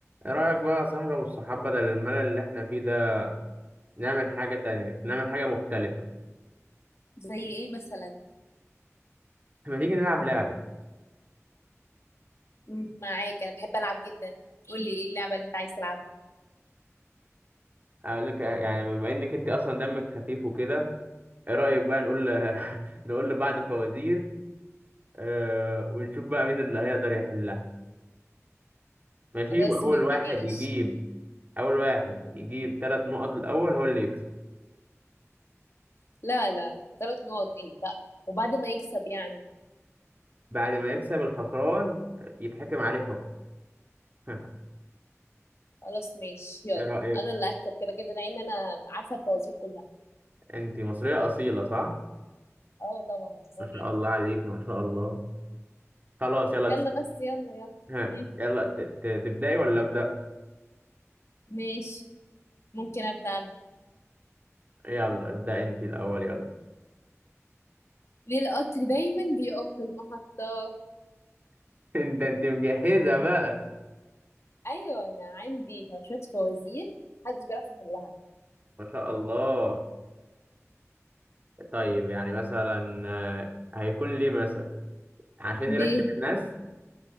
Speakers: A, on the right; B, on the left.
A: ايه رأيك بقى يا صاحبي والصحاب بدل الملل اللي احنا فيه ده نعمل حاجة تانية نعمل حاجة مختلفة
B: زي ايه مثلا
A: ما تيجي نلعب لعبة
B: مم. معاك انا بحب العب جدا قول لي ايه اللعبه اللي انت عايز تلعبها
A: اقول لك يعني بما انك انت اصلا دمك خفيف وكده ايه رأيك بقى نقول <laughs> نقول لبعض فوازير آه ونشوف بقى مين اللي هيقدر يحلها ماشي
B: خلاص
A: واول
B: ماشي
A: واحد يجيب اول واحد يجيب ثلاث نقط الاول هو اللي يكسب
B: لا لا لا ثلاث نقط ايه لا وبعد ما يكسب يعني
A: بعد ما يكسب الخسران يتحكم عليه حكم <laughs>
B: خلاص ماشي يلا
A: ايه رأيك
B: انا اللي هكسب كده كده لان انا عارفه الفوازير كلها
A: انت مصرية أصيلة صح
B: اه طبعا امال
A: ما شاء
B: ايه
A: الله عليك ما شاء الله خلاص يلا
B: يلا بس يلا يلا
A: ها
B: مم.
A: يلا ت- ت- تبدأي ولا أبدأ
B: ماشي ممكن ابدا انا
A: يلا ابدأ انت الأول يلا
B: ليه القطر دايما بيقف في المحطه
A: <laughs> ده انت مجهزة بقى
B: ايوه انا عندي شويه فوازير محدش بيعرف يحلها
A: ما شاء الله طيب يعني مثلا آه، هيكون ليه مثلا عشان
B: ليه
A: يركب الناس